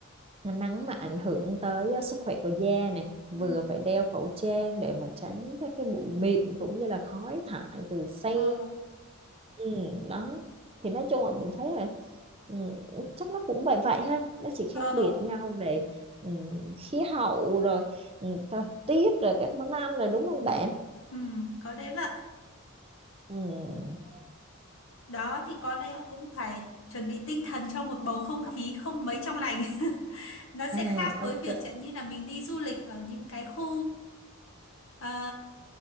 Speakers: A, on the right; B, on the left.
A: nắng mà ảnh hưởng tới ờ, sức khỏe của da này vừa
B: ừ,
A: phải đeo khẩu trang để mà tránh các cái bụi mịn cũng như là khói thải từ xe
B: ờ.
A: Ừ, đó thì nói chung là mình thấy là ừ, chắc nó cũng vậy vậy ha nó chỉ
B: Ờ,
A: khác biệt nhau về ừ, khí hậu rồi ừ, thời tiết rồi các món ăn rồi đúng không bạn
B: ừ, có lẽ vậy.
A: ừ.
B: Đó thì có lẽ là cũng phải chuẩn bị tinh thần cho một bầu không khí không mấy trong lành. <laughs> Nó sẽ
A: à
B: khác với
A: ok
B: việc chẳng như là mình đi du lịch ở những cái khu ờ,